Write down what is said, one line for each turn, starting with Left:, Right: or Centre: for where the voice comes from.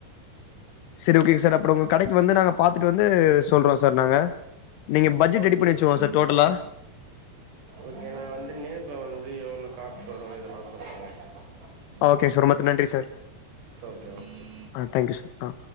Left: சரி ஓகேங் சார் அப்புறம் உங்க கடைக்கு வந்து நாங்க பாத்துட்டு வந்து சொல்றோ சார் நாங்க நீங்க பட்ஜெட்
Right: ஓகே
Left: ரெடி பண்ணி வச்சுகோங்
Right: ஓகே
Left: சார் டோட்டலா
Right: ஓகே நா வந்து நேர்ல் வந்து எவ்ளோ காஸ்ட் வரு இத கம்பேர் பண்ண
Left: ஓகே சார் உமக்கு நன்றி சார்
Right: ஓகே ஓகே
Left: ஆ தேங்க்யூ சார் ஆ